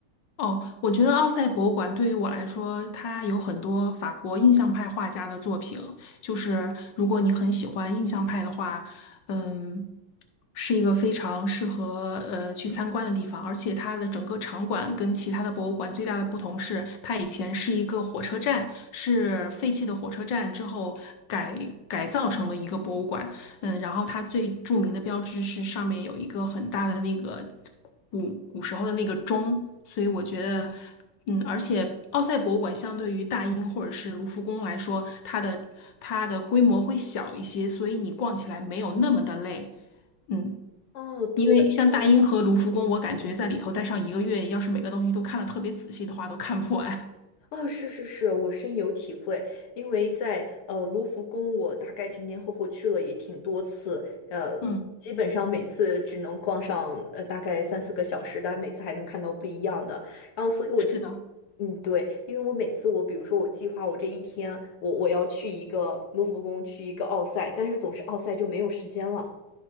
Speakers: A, on the left (about 65°); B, on the left (about 80°).
A: 哦，我觉得奥赛博物馆对于我来说，它有很多法国印象派画家的作品。就是如果你很喜欢印象派的话，嗯，是一个非常适合呃去参观的地方。而且它的整个场馆跟其他的博物馆最大的不同是，它以前是一个火车站，是废弃的火车站之后改改造成的一个博物馆。嗯，然后它最著名的标志是上面有一个很大的那个。古古时候的那个钟，所以我觉得，嗯，而且奥赛博物馆相对于大英或者是卢浮宫来说，它的它的规模会小一些，所以你逛起来没有那么的累，嗯，
B: 哦，对，
A: 因为像大英和卢浮宫，我感觉在里头待上一个月，要是每个东西都看得特别仔细的话，都看不完。<laughs>
B: 哦，是是是，我深有体会，因为在呃卢浮宫，我大概前前后后去了也挺多次，呃，
A: 嗯，
B: 基本上每次只能逛上呃大概三四个小时，但每次还能看到不一样的。然后，所以我，
A: 是的，
B: 嗯，对，因为我每次我比如说我计划我这一天，我我要去一个卢浮宫，去一个奥赛，但是总是奥赛就没有时间了。